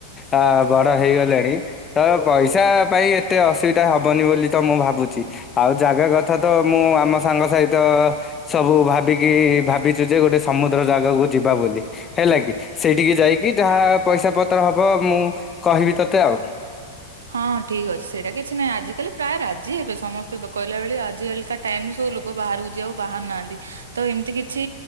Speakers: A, on the left (about 20°); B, on the right (about 85°).
A: ଅ ବଡ ହେଇଗଲେଣି ତ ପଇସା ପାଇଁ ଏତେ ଅସୁବିଧା ହବନି ବୋଲି ତ ମୁଁ ଭାବୁଚି ଆଉ ଜାଗା କଥା ତ ମୁଁ ଆମ ସାଙ୍ଗ ସହିତ ସବୁ ଭାବିକି ଭାବିଚୁ ଯେ ଗୋଟେ ସମୁଦ୍ର ଯାଗାକୁ ଯିବା ବୋଲି। ହେଲା କି ସେଇଠିକି ଯାଇକି ଯାହା ପଇସା ପତ୍ର ହବ ମୁଁ କହିବି ତୋତେ ଆଉ।
B: ହଁ ଠିକ୍ ଅଛି ସେଇଟା କିଛି ନାହିଁ ଆଜିିକାଲି ପ୍ରାୟ ରାଜି ହେବେ ସମସ୍ତେ କହିଲା ଭଳି ଆଜିିକାଲି କା ଟାଇମ୍ ରୁ ସବୁ ଲୋକ ବାହାରକୁ ଯିବାକୁ ବାହାରୁ ନାହାନ୍ତି ତ ଏମିତି କିଛି